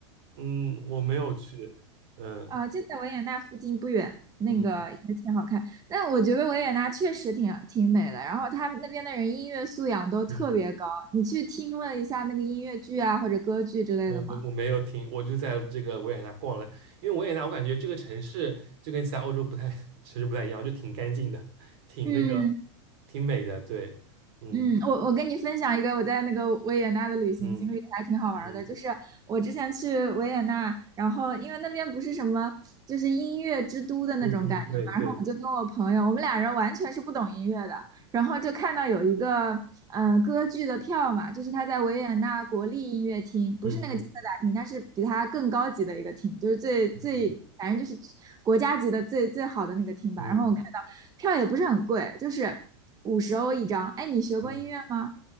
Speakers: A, on the right; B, on the right.
A: 嗯我没有去，嗯
B: 呃，就在维也纳附近不远，那个也挺好看。
A: 嗯嗯。
B: 但我觉得维也纳确实挺挺美的，然后他们那边的人音乐素养都特别高。
A: 嗯
B: 你去听了一下那个音乐剧啊或者歌剧之类的吗？
A: 我我我没有听，我就在这个维也纳逛了，因为维也纳我感觉这个城市就跟其他欧洲不太 <laughs> 城市不太一样，就挺干净的，挺那个，
B: 嗯，
A: 挺美的，对，嗯
B: 嗯，我我跟你分享一个我在那个维也纳的旅行经历，
A: 嗯
B: 还挺好玩儿的。
A: 嗯
B: 就是我之前去维也纳，然后因为那边不是什么就是音乐之都的那种感觉嘛，
A: 嗯嗯，对对，
B: 然后我就跟我朋友，我们俩人完全是不懂音乐的，然后就看到有一个呃歌剧的票嘛，就是他在维也纳国立音乐厅，不是那个金色大厅，
A: 嗯嗯
B: 但是比它更高级的一个厅，就是最最反正就是国家级的最最好的那个厅吧。
A: 嗯嗯
B: 然后我看。到。票也不是很贵，就是五十欧一张。哎，你学过音乐吗？
A: 嗯，